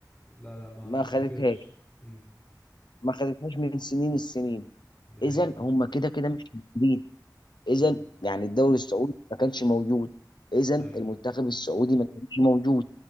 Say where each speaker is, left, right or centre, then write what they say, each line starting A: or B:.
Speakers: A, on the left; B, on the left.
A: لا لا ما
B: ما
A: ما افتكرش
B: خدتهاش
A: امم
B: ما خدتهاش من سنين السنين
A: دي حقيقة
B: اذا هم كده كده مش موجودين اذا
A: امم
B: يعني الدوري السعودي ما كانش موجود اذا المنتخب
A: ايوه
B: السعودي ما كانش موجود